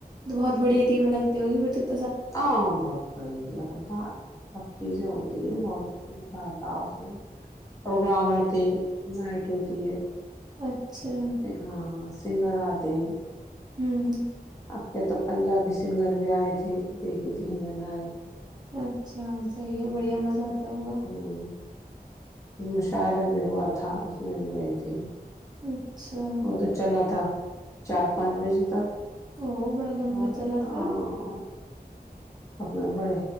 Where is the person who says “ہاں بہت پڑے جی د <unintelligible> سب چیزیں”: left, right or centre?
Left